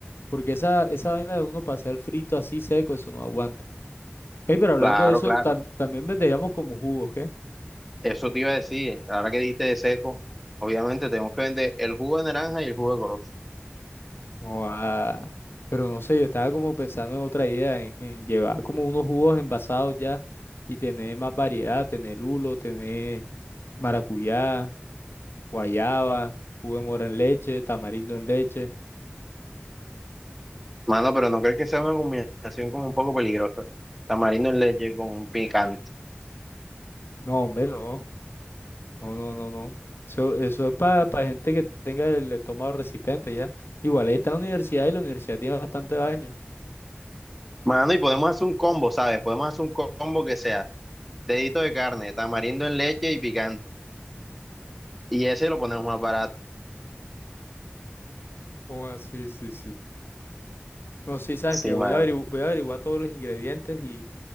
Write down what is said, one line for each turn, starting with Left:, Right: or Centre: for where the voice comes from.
Left: porque esa, esa vaina de uno pasar el frito así seco, eso no aguanta. Ey, pero hablando
Centre: Claro,
Left: de eso,
Centre: claro.
Left: tam- también venderíamos como jugos, ¿qué?
Centre: Eso te iba a decir, ahora que dijiste de seco, obviamente tenemos que vender el jugo de naranja y el jugo de corozo.
Left: Joda. Pero no sé, yo estaba como pensando en otra idea, en, en llevar como unos jugos envasados ya y tener más variedad, tener lulo, tener maracuyá, guayaba, jugo de mora en leche, tamarindo en leche.
Centre: Mano, pero no crees que sea una combinación como un poco peligrosa. Tamarindo en leche con picante.
Left: No, hombre, no, no, no, no, no. Eso, eso es para gente que tenga el estómago resistente ya. Igual ahí está la universidad y la universidad tiene bastante daño.
Centre: Mano, y podemos hacer un combo, ¿sabes? Podemos hacer un combo que sea dedito de carne, tamarindo en leche y picante. Y ese lo ponemos más barato.
Left: Joda, sí, sí, sí. No, sí, sabes
Centre: Sí,
Left: que voy
Centre: mano.
Left: a averigu- voy a averiguar todos los ingredientes y...